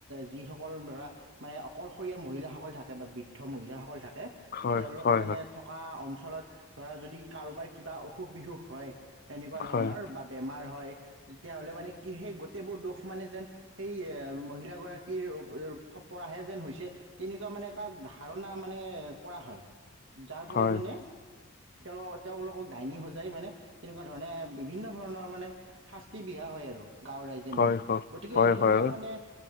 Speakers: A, on the right; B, on the left.
A: যিসকল ধৰা মানে অকলশৰীয়া মহিলাসক। সকল থাকে বা বৃদ্ধ মহিলাসকল থাকে
B: হয়
A: তেওঁলোক
B: হয়
A: মানে থকা। ফলত ধৰা যদি কাৰোবাৰ কিবা অসুখ বিসুখ হয়। এনেকুৱা
B: হয়
A: ধৰণৰ বা বেমাৰ হয় তেতিয়াহ'লে মানে কি সেই গোটেইবোৰ দোষ। মানে যেন সেই এ মহিলাগৰাকীৰ। অ পৰাহে যেন হৈছে তেনেকুৱা মানে তাত ধাৰণা মানে কৰা হয়। যাৰ ফলত
B: হয়
A: মানে।
B: হয়
A: তেওঁ লোক তেওঁলোকক ডাইনী সজাই মানে তেনেকুৱা ধৰণে বিভিন্ন ধৰণৰ মানে শাস্তি। বিহা হয় আৰু গাঁওৰ ৰাইজে
B: হয়
A: মিলি
B: হয় হয়
A: গতিকে সেইবিলাক
B: হয় হয়
A: মানে